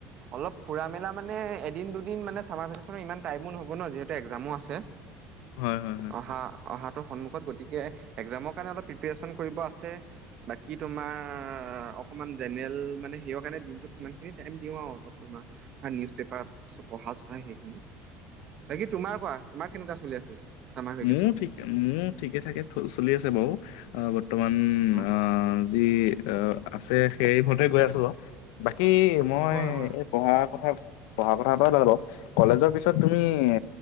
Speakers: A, on the right; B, on the left.
A: অলপ ফুৰা মেলা মানে এদিন দুদিন মানে চামাৰ ভেকেচনৰ ইমান টাইমো নহ'ব ন যিহেতু একজামো আছে,
B: হয় হয় হয়
A: অহা অহা সন্মুখত গতিকে একজামৰ কাৰণে অলপ প্ৰিপেৰেচন কৰিব আছে বাকী তোমাৰ অকণমান জেনেৰেল মানে সেই কাৰণে দিনটোত সি খিনি টাইম দিওঁ আৰু অলপ তোমাৰ ধৰা নিউজ পেপাৰ পঢ়া চহা সেইখিনিত
B: <inaudible>
A: বাকি তোমাৰ কোৱা তোমাৰ কেনেকুৱা। চলি আছে চামাৰ ভেকেচন
B: মোৰও ঠিক মোৰ ঠিকে থঠাকে চলি আছে বাৰু আহ বৰ্তমান
A: হয়
B: অ যি অ আছে সেই মতে গৈ আছো বাকী কি মই
A: হয় হয়
B: এই পঢ়া কথা পঢ়া কথা এটা ওলালে বাও কলেজৰ পিছত তুমি এ